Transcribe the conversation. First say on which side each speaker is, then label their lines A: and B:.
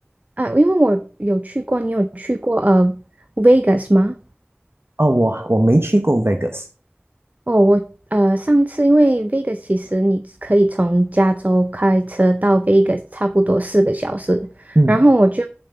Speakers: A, on the right (about 35°); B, on the right (about 65°).
A: 啊，因为我有去过，你有去过呃 Vegas 吗？
B: 哦，我我没去过 Vegas，
A: 哦，我呃，上次因为 Vegas 其实你可以从加州开车到 Vegas 差不多四个小时，
B: 嗯，
A: 然后我就